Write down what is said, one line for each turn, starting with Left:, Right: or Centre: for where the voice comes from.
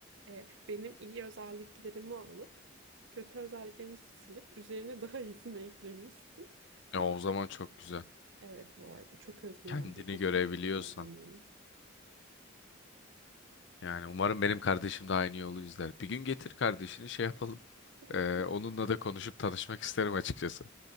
Right: e, benim iyi özelliklerimi alıp kötü özelliklerimi silip üzerine daha iyisini eklemişsin. Tam
Left: Ya o zaman çok güzel.
Right: Evet bu arada çok özgüvenli,
Left: Kendini
Right: çok
Left: görebiliyorsan.
Right: kendinden emin.
Left: Yani umarım benim kardeşim de aynı yolu izler. Bir gün getir kardeşini şey yapalım.
Right: <laughs>
Left: eee, onunla da konuşup tanışmak isterim açıkçası.